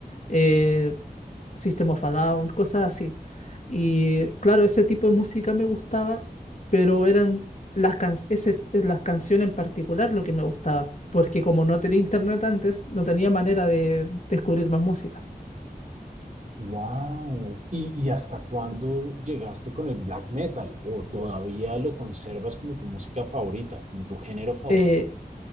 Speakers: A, on the left; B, on the right.
A: eh, System of a Down, cosas así. Y claro, ese tipo de música me gustaba, pero eran las, can- ese- las canciones en particular lo que me gustaba, porque como no tenía internet antes, no tenía manera de descubrir más música.
B: Wow. ¿Y, y hasta cuándo llegaste con el black metal? ¿O todavía lo conservas como tu música favorita, como tu género favorito?
A: Eh,